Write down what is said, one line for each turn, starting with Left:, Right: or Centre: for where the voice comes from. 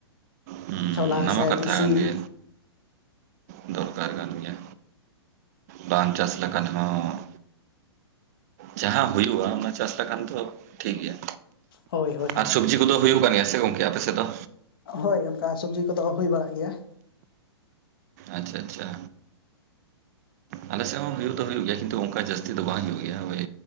Right: ᱦᱩᱸ
Left: ᱪᱷᱚᱞᱟ
Right: ᱚᱱᱟ
Left: ᱥᱮ
Right: ᱢᱟ ᱠᱟᱛᱷᱟ
Left: ᱴᱤᱥᱤ
Right: ᱠᱟᱱ ᱜᱮ ᱫᱚᱨᱠᱟᱨ ᱠᱟᱱ ᱜᱮᱭᱟ ᱵᱟᱝ ᱪᱟᱥ ᱞᱮᱠᱷᱟᱱ ᱦᱚᱸ ᱡᱟᱦᱟᱸ ᱦᱩᱭᱩᱜᱼᱟ ᱾ ᱚᱱᱟ ᱪᱟᱥ ᱞᱮᱠᱷᱟᱱ ᱫᱚ ᱴᱷᱤᱠ ᱜᱮᱭᱟ
Left: ᱦᱳᱭ ᱦᱳᱭ ᱦᱳᱭ
Right: ᱟᱨ ᱥᱚᱵᱡᱤ ᱠᱚᱫᱚ ᱦᱩᱭᱩᱜ ᱠᱟᱱ ᱜᱮᱭᱟ ᱥᱮ ᱜᱚᱝᱠᱮ ᱟᱯᱮ ᱥᱮᱫ ᱫᱚ?
Left: ᱦᱚᱭ ᱚᱱᱠᱟ ᱥᱚᱵᱡᱤ ᱠᱚᱫᱚ ᱦᱩᱭ ᱵᱟᱲᱟᱜ ᱜᱮᱭᱟ ᱾
Right: ᱟᱪᱪᱷᱟ ᱪᱷᱟ ᱟᱞᱮ ᱥᱮᱫ ᱦᱚᱸ ᱦᱩᱭᱩᱜ ᱫᱚ ᱦᱩᱭᱩᱜ ᱜᱮᱭᱟ ᱠᱤᱱᱛᱩ ᱚᱱᱠᱟ ᱡᱟᱹᱥᱛᱤ ᱫᱚ ᱵᱟᱝ ᱦᱩᱭᱩᱜ ᱜᱮᱭᱟ ᱚᱭ